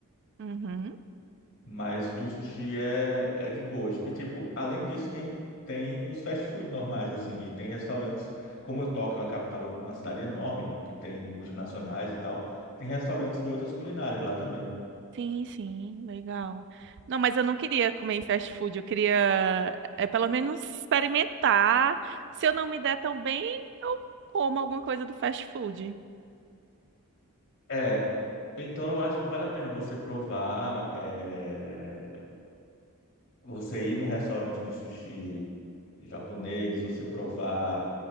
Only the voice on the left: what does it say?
Mas do sushi é, é de boas. E, tipo, além disso, tem, tem os fast food normais, assim. E tem restaurantes, como Tóquio é uma capital, uma cidade enorme, que tem multinacionais e tal, tem restaurantes de outras culinárias lá também.
É, então eu acho que vale a pena você provar, é, você ir num restaurante de sushi japonês, você provar